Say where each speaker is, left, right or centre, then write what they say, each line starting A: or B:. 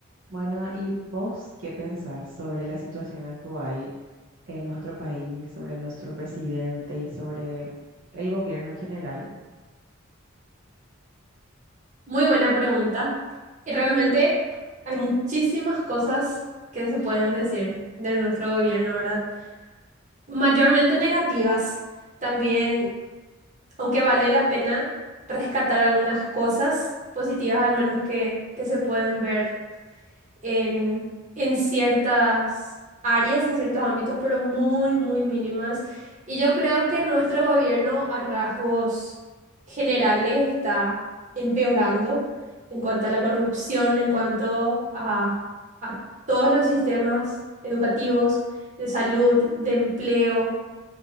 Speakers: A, on the right; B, on the right.
A: Bueno, ¿y vos qué pensás sobre la situación actual en nuestro país, sobre nuestro presidente y sobre el gobierno en general?
B: Muy buena pregunta. Y realmente hay muchísimas cosas que se pueden decir de nuestro gobierno, ¿verdad? Mayormente negativas. También, aunque vale la pena rescatar algunas cosas positivas, al menos que, que se pueden ver en, en ciertas áreas, en ciertos ámbitos, pero muy, muy mínimas. Y yo creo que nuestro gobierno a rasgos generales está empeorando en cuanto a la corrupción, en cuanto a, a todos los sistemas educativos, de salud, de empleo.